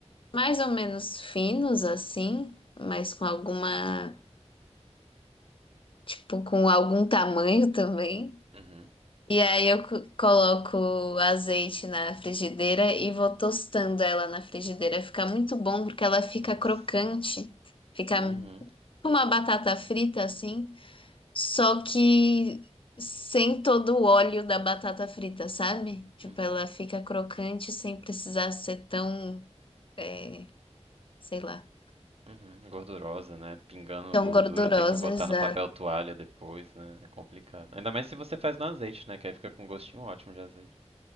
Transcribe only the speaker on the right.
uhum.
Nossa.
Uhum,
uhum,
uhum. Gordurosa, né? Pingando
gordura,
ter que botar
no papel toalha depois, né? É complicado. Ainda mais se você faz no azeite, né? Que aí fica com um gostinho ótimo de azeite.